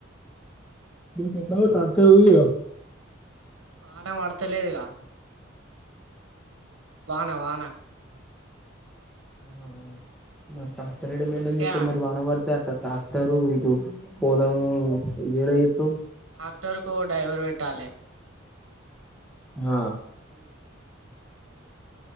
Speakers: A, in the centre; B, on the right.
A: చెలా తస
B: వాన వాడతలేదుగా వానా వానే
A: ఆ మరి కాస్తరేడ మండ
B: అందుకే
A: చెప్ మరి వాన పడితే అ ్రాక్టరు ఇది పోలము ఇదిెళ ఇతు
B: డాక్టర్ కో డ్రైవర్ వెేట్టాలే
A: ఆా
B: ఉ